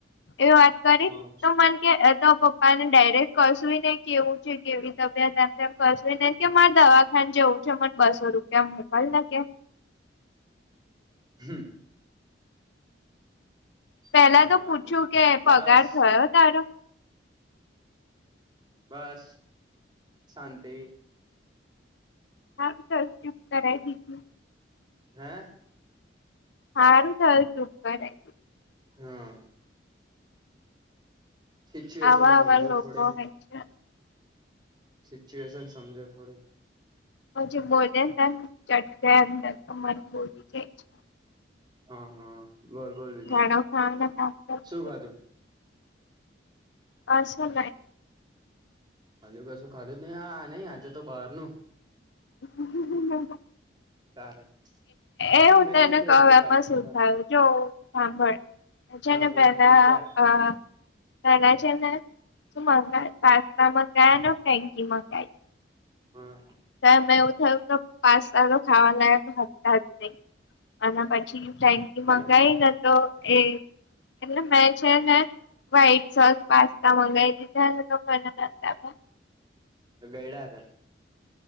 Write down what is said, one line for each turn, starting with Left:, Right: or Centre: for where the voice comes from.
Left: એવી વાત કરી
Right: હા
Left: તો મને કે તો પપ્પા ને ડાયરેક્ટ કશું ને કેવું છે કેવી તબિયત એમ તેમ કશું ને કે મારે દવાખાન જેવું છે મને બસો રૂપિયા મોકલ ને કે
Right: હમ્મ.
Left: પેલા
Right: કાઈ
Left: તો
Right: વાંધો
Left: પૂછ્યું
Right: નઈ
Left: કે પગાર
Right: બસ
Left: થયો તારો
Right: બસ શાંતિ
Left: હા સ ચુપ કરાવ દીજું
Right: હે
Left: હા થયુ તુ <unintelligible> નહી.
Right: હા સિચ્યુએશન
Left: આવા
Right: સમજો
Left: આવા લોકો
Right: થોડી
Left: હોય છે
Right: સિચ્યુએશન સમજો થોડી
Left: હ જે બોલે ને તે ચટ મન બોલી જાય છે.
Right: હા હા બોલ બોલ બીજું
Left: ગાળો ખાવાના કામ કરે
Right: શું ખાધું
Left: હા શું ખાય
Right: હજુ કશું ખાધું જ નહી આ નહી આજે તો બહાર નું
Left: હમ્મ હમ્મ
Right: તારે
Left: એ
Right: હા
Left: હું
Right: મેં
Left: તને કહું
Right: એક બે
Left: એમાં
Right: બાઈટ
Left: શું
Right: ખાધા
Left: થયુ જો સાંભળ જેને
Right: હા બોલતી
Left: પેલા
Right: જ જા
Left: અ એને છે ને શું મંગયા પાસ્તા મંગાયા ને ફ્રેકી મંગાઈ
Right: હા.
Left: તો એવું થયું કે પાસ્તા તો ખાવા લાયક હતા જ નહી અને પછી ફ્રેન્કી
Right: કેમ
Left: મંગાઈ ને તો એ એટલે મેં છે ને વ્હાઈટ સોસ પાસ્તા મંગાવી દીધા તો મને અને તેમાં
Right: તો ગયડા હતા.